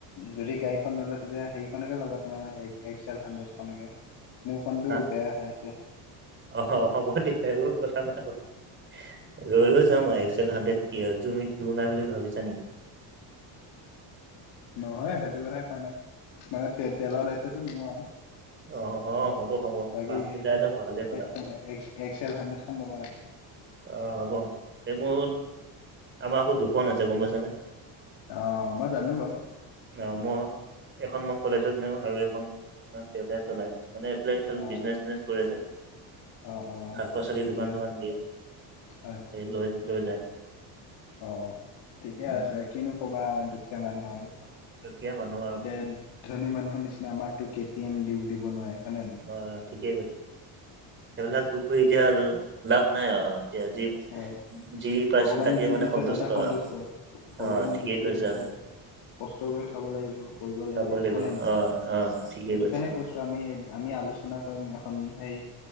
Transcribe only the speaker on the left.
যদি গাড়ীখন নোলয় তেতিয়া সেইৰিখনকে ল'ব তোমাৰ এক্স এল হাণ্ড্ৰেডখনকে মোৰখনটো
বেয়া হৈ আছে।
নহয় সেইটো কথাই কোৱা নাই মানে তে তেলৰ দায়িত্বটো মোৰ আৰু
বাকী
সেইখন
তোমাৰ এক্সেল হাড্ৰেডখন ল'ব আৰু
অ', মই জানো বাৰু
অ'
অ', অ',
ঠিকে
আছে
হয়
অ', ঠিকে
আছে কিনো ক'বা দুখীয়া মানুহ আৰু
এতিয়া ধনী মানুহৰ নিচিনা আমাকো কে টি এম দিও দিব নোৱাৰে হয়নে
হয়
ভগৱানে
যি
দিছে তাতে সন্তুষ্ট
ভগৱানে
দিছে
যেতিয়া আৰু কষ্ট কৰি খাব লাগিব কৰিব
লাগিব হয় নে নাই
সেইটো
কাৰণে কৈছোঁ আমি আমি আলোচনা কৰিম এখন হেই